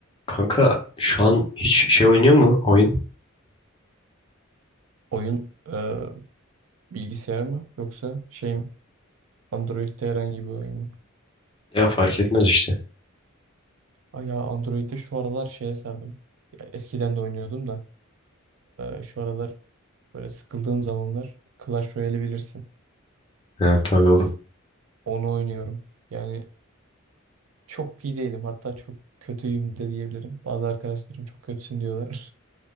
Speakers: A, on the left; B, on the right.
A: Kanka şu an hiç şey oynuyor mu oyun?
B: Oyun e, bilgisayar mı yoksa şey mi? Android'de herhangi bir oyun mu?
A: Ya fark etmez işte.
B: Ay ya Android'de şu aralar şeye sardım. Ya eskiden de oynuyordum da e, şu aralar böyle sıkıldığım zamanlar Clash Royale'i bilirsin.
A: Ya tabii oğlum.
B: Onu oynuyorum. Yani çok iyi değilim hatta çok kötüyüm de diyebilirim. Bazı arkadaşlarım çok kötüsün diyorlar.